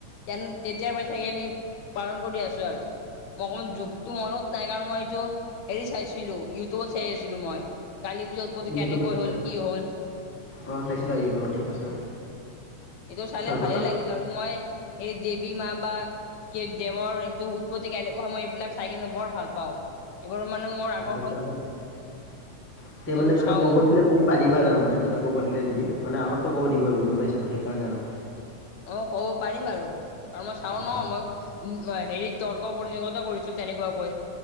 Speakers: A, on the left; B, in the centre.
A: তেন তেতিয়াৰ পৰাই চাগে আমি পালন কৰি আছো আৰু। মোৰ অকমান যুগটো মনত নাই কাৰণ মই এইটো হেৰি চাইছিলো ইউটিউবত চাই আছিলো মই। কালী পূজা উৎপত্তি
B: ইউটিউবত
A: কেনেকৈ
B: চাইছা?
A: হ'ল কি হ'ল
B: অ, চাইছিলা ইউটিউবত ঠিক আছে।
A: এইটো চালে
B: তাৰপাছত
A: ভালেই লাগিল বাৰু মই সেই দেৱী মা বা কি দেৱৰ এইটো উৎপত্তি কেনেকৈ হ'ল মই এইবিলাক চাই কিনে বৰ ভাল পাওঁ, এইবোৰ মানে মোৰ আগৰ
B: এতিয়া
A: এইবোৰ
B: মানে তাতে
A: চাওঁ
B: ক'ব
A: মই
B: দিলে তুমি পাৰিবা তাৰমা মানে তাতে ক'ব দিলে যদি মানে আমাকটো ক'ব দিবই গম পাইছা সেইকাৰণে আৰু
A: মই ক'ব পাৰিম আৰু কাৰণ মই চাওঁ
B: আচ্ছা
A: ন মই উ হেৰিত তৰ্ক প্ৰতিযোগিতাটো কৰিছো তেনেকুৱাকৈ।